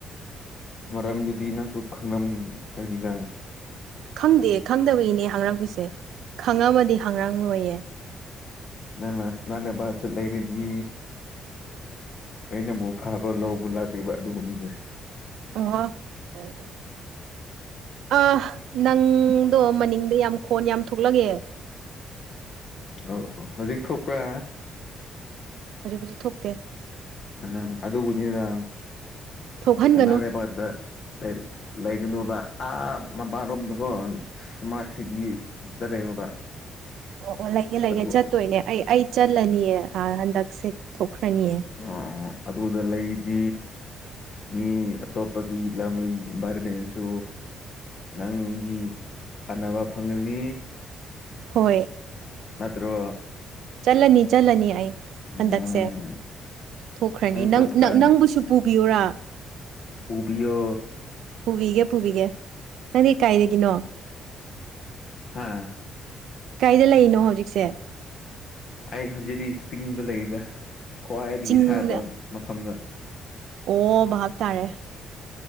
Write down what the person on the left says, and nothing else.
ꯃꯔꯝꯗꯨꯗꯤ ꯅꯪꯁꯨ ꯈꯪꯔꯝꯒꯅꯤꯗ
ꯅꯪꯅ ꯁꯅꯥꯂꯩꯕꯥꯛꯇ ꯂꯩꯔꯗꯤ ꯑꯩ ꯅꯪꯕꯨ ꯐꯕ ꯂꯧꯕ ꯂꯥꯛꯇꯣꯏꯕ ꯑꯗꯨꯒꯤꯅꯤꯗ
ꯑꯣ ꯑꯣ ꯍꯧꯖꯤꯛ ꯊꯣꯛꯄ꯭ꯔꯥ
ꯑꯍ ꯑꯗꯨꯕꯨꯅꯤꯗ
ꯁꯅꯥ ꯂꯩꯕꯥꯛꯇ ꯂꯩ ꯂꯩꯒꯅꯣꯕ ꯑꯥ ꯃꯄꯥ ꯔꯣꯝꯗꯀꯣ ꯁ꯭ꯃꯥꯔꯠ ꯁꯤꯇꯤꯗ ꯂꯩꯌꯣꯕ
ꯑꯗꯨ
ꯑꯥ ꯑꯗꯨꯗ ꯂꯩꯗꯤ ꯃꯤ ꯑꯇꯣꯞꯄꯒꯤ ꯂꯝꯒꯤ ꯏꯝꯕꯥꯢꯔꯝꯃꯦꯟꯁꯨ ꯅꯪꯒꯤ ꯀꯥꯟꯅꯕ ꯐꯪꯒꯅꯤ
ꯅꯠꯇ꯭ꯔꯣ
ꯎꯝ
ꯆꯞ ꯀꯥꯟ
ꯄꯨꯕꯤꯌꯣ
ꯍꯥꯥ
ꯑꯩ ꯍꯧꯖꯤꯗꯤ ꯆꯤꯡꯗ ꯂꯩꯗ ꯈ꯭ꯋꯥꯏꯗꯒꯤ
ꯁꯥꯕ ꯃꯐꯝꯗ